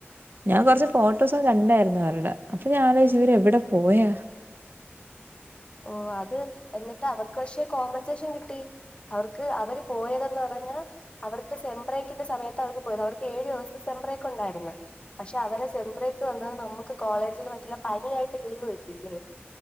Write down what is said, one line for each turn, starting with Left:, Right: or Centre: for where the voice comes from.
Right: ഞാൻ കുറച്ച് ഫോട്ടോസൊക്കെ കണ്ടായിരുന്നു അവരുടെ അപ്പൊ ഞാൻ ആലോചിച്ച് ഇവര് എവിടെ പോയാ.
Left: ഓഹ് അത് എന്നിട്ട് അവർക്ക് പക്ഷേ കോമ്പൻസേഷൻ കിട്ടി. അവർക്ക് അവര് പോയതെന്ന് പറഞ്ഞാ അവർക്ക് സെംബ്രേക്കിന്റെ സമയത്ത് അവർക്ക് പോയിരുന്നു അവർക്ക് ഏഴു ദിവസത്തെ സെംബ്രേക്ക് ഉണ്ടായിരുന്നു. പക്ഷെ അവരെ സെമ്പ്രേക്ക് വന്ന നമുക്ക് കോളേജിൽ മറ്റുള്ള പനിയായിട്ട് ലീവ് കിട്ടില്ലേ.